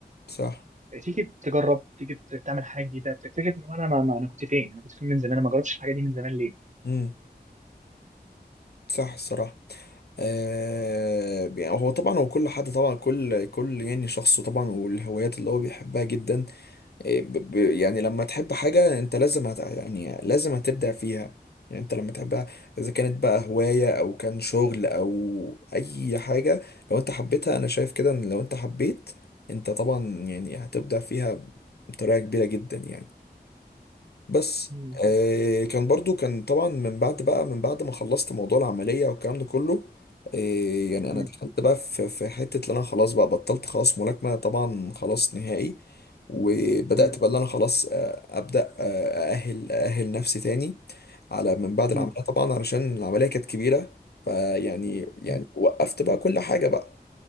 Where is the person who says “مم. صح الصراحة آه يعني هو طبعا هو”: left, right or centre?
Left